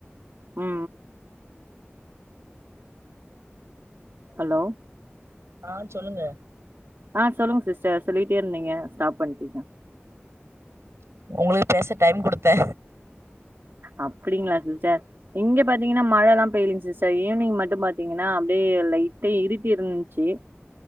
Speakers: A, on the right; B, on the right.
A: அ அ ஹலோ
B: ஆ சொல்லுங்க
A: ஆ சொல்லுங்க சிஸ்டர் சொல்லிகிட்டே இருந்தீங்க ஸ்டாப் பண்ட்டீங்க
B: ஒங்களுக்கு பேச டைம் குடுத்தே
A: அப்டிங்களா சிஸ்டர் இங்க பாத்தீங்கன்னா மழல்லா பெய்லிங் சிஸ்டர் ஈவினிங் மட்டு பாத்தீங்கன்னா அப்டியே லைட்டே இருட்டி இருந்ச்சு